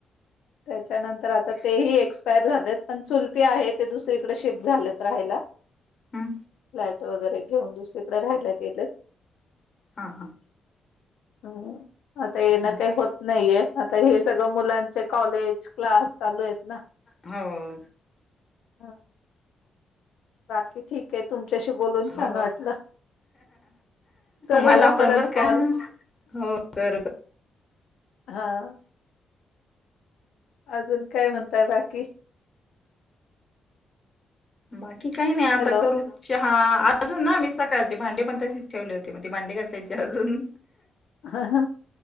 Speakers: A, on the left; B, on the left.
A: त्याच्यानंतर आता तेही एक्सपायर झालेत पण चुलती आहे ते दुसरीकडे शिफ्ट झालेत राहायला.
B: हम्म
A: फ्लॅट वगैरे घेऊन दुसरीकडें राहायला गेलेत.
B: हा हा
A: हम् आता येन
B: हम्म.
A: काय होत आता हे सगळं मुलांचे कॉलेज क्लास चालू आहेत ना.
B: हव.
A: हं. बाकी ठीक आहे तुमच्याशी बोलून छान
B: हो
A: वाटलं.
B: हो.
A: करूया
B: मला पण
A: परत
B: बर
A: कॉल.
B: का हो करू
A: हा. अजून काय म्हणताय बाकी?
B: बाकी काही नाही आता
A: हॅलो.
B: करू चा हा अजून ना मी सकाळचे भांडे पण तशीच ठेवले होते मग ते भांडे घासायचे अजून
A: <unintelligible>